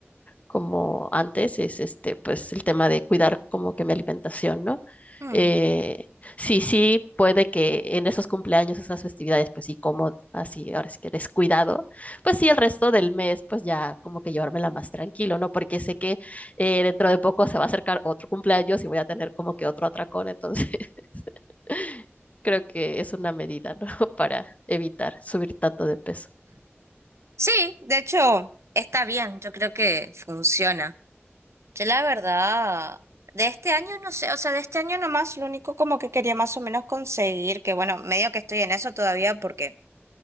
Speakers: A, on the left; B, on the right.
A: como antes, es este, pues el tema de cuidar como que mi alimentación, ¿no?
B: Mm.
A: Eh, sí, sí, puede que en esos cumpleaños, esas festividades, pues sí, como así, ahora sí que descuidado, pues sí, el resto del mes, pues ya como que llevármela más tranquilo, ¿no? Porque sé que eh, dentro de poco se va a acercar otro cumpleaños y voy a tener como que otro atracón, entonces <laughs> creo que es una medida, ¿no? <laughs> Para evitar subir tanto de peso.
B: Sí, de hecho, está bien, yo creo que funciona. Yo la verdad, de este año no sé, o sea, de este año nomás lo único como que quería más o menos conseguir, que bueno, medio que estoy en eso todavía porque